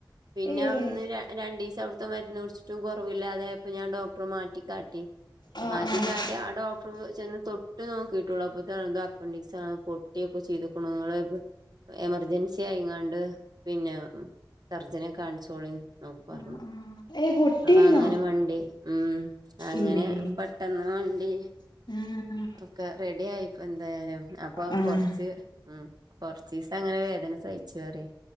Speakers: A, on the right; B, on the left.
A: പിന്നെ
B: ഏയ്
A: അവിടുന്ന് രണ്ടീസം അവിടുത്തെ മരുന്ന് കുടിച്ചിട്ടും കുറവില്ലാതായപ്പോ ഞാൻ ഡോക്ടറെ മാറ്റിക്കാട്ടി
B: ആഹ്
A: മാറ്റിക്കാട്ട്
B: ആഹ്
A: ആ ഡോക്ടർ ചെന്ന് തൊട്ട് നോക്കിട്ടൊള്ളു അപ്പൊത് അപ്പൻഡീസാണ് പൊട്ടൊക്കെ ചെയ്ത്ക്ണ് ഇങ്ങള് എമർജൻസി ആയിങ്ങാണ്ട് പിന്നെ സർജനെ കാൺച്ചോളി നൊക്കെ പർഞ്ഞു
B: ആഹ് ആഹ് ഏയ് പൊട്ടിയിരുന്നോ
A: അങ്ങനെ വണ്ടി ഉം അങ്ങനെ
B: ഇമ്മേ
A: പട് എന്നാ വണ്ടി
B: <unintelligible>
A: ക്കെ റെഡി ആയിപ്പോ എന്തായാലും അപ്പൊ
B: ആഹ്
A: കൊർച്ച് ഉം കൊർച്ചീസങ്ങനെ വേദന സഹിച്ച്അറ്യ